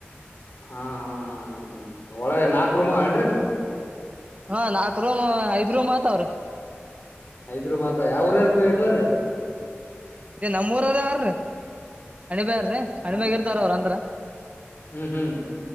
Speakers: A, on the left; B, on the right.
A: ಹಾ ಹಾ ಹಾ ಹ ಹ ಒಳಗೆ ನಾಕ್ ರೂಮ ಅವ ಏನ್ರಿ.
B: ಹಾ ನಾಕ್ ರೂಮ ಐದ್ ರೂಮ್ ಆತವ್ರಿ.
A: ಐದ್ರೂಮ್ ಆತ ಯಾವುರರಕ್ ಹಿಡ್ದಾರ್ರಿ.
B: ಇ ನಮ್ಮ್ ಊರ್ರರ ಆರ್ರ ಹಣಿಬಾರ್. ಹಣ್ಮ್ಯಾಗ
A: ನಮ್
B: ಇರ್ತಾರ ಅವ್ರಂತರ
A: ಹ್ಮ್ ಹ್ಮ್